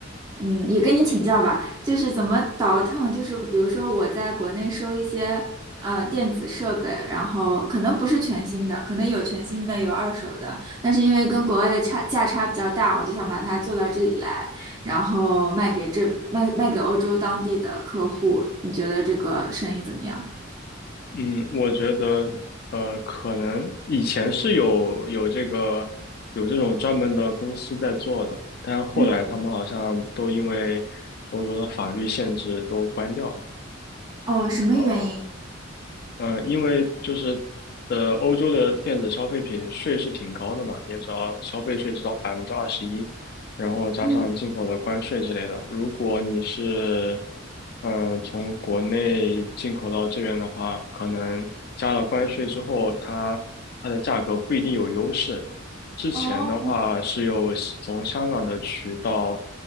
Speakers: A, on the right; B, on the left.
A: 嗯，也跟你请教吧，就是怎么倒腾，就是比如说我在国内收一些呃电子设备，然后可能不是全新的，可能有全新的，有二手的，但是因为跟国外的差价差比较大，我就想把它做到这里来，然后卖给这卖卖给欧洲当地的客户，你觉得这个生意怎么样？
B: 嗯，我觉得，呃，可能以前是有有这个有这种专门的公司在做的，但是后来他们好像都因为欧洲的法律限制都关掉了。
A: 嗯，哦，什么原因？
B: 哦、嗯，因为就是呃，欧洲的电子消费品税是挺高的嘛，你也知道，消费税至少百分之二十一，然后加上进口的关税之类的。
A: 嗯，
B: 如果你是嗯、呃从国内进口到这边的话，可能加了关税之后，它它的价格不一定有优势。之前的话是有从香港的渠道，
A: 哦，